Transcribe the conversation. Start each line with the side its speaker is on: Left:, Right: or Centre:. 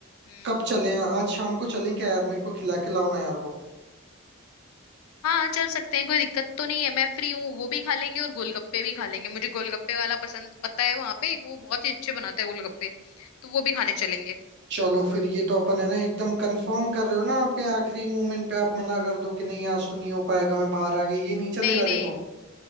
Left: हम्म
Right: कब चलें आज शाम को चलें क्या यार मेरे को खिला के लाओ ना यार वो
Left: हाँ चल सकते हैं कोई दिक्कत तो नहीं है मैं फ्री हूँ वो भी खा लेंगे और गोलगप्पे भी खा लेंगे मुझे गोलगप्पे वाला पसंद पता है वहां पे वो बहुत ही अच्छे बनाता है गोलगप्पे तो वो भी खाने चलेंगे
Right: चलो फिर ये तो अपन है ना एकदम कंफर्म कर रहे हो ना आपके आखिरी मोमेंट पे आप मना कर दो कि नहीं आज तो नहीं हो पाएगा मैं बाहर आ गई ये नहीं चलेगा
Left: नहीं नहीं
Right: देखो